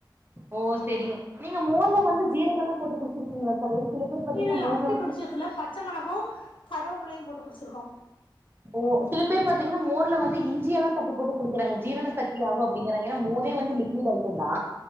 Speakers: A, on the right (about 25°); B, on the left (about 85°).
A: ஓ செரிங்க நீங்க மோர்ல
B: அந்த
A: வந்து
B: மாதிரி
A: ஜீரக எல்லா போட்டு குடிச்சிருக்கீங்களா சகோதிரி சில பேர் பாத்தீங்கன்னா
B: இல்ல
A: மோர்ல வந்து
B: <unintelligible> பச்ச மிளகு கருவேப்பிலையு போட்டு குடிச்சிருக்கோ
A: ஓ சில பேர் பாத்தீங்கன்னா மோர்ல வந்து இஞ்சி எல்லா தட்டி போட்டு கொடுக்கறாங்க ஜீரண சக்தி ஆகு அப்டிங்கறாங்க ஏனா மோரே வந்து லிக்விட் ஐட்டதா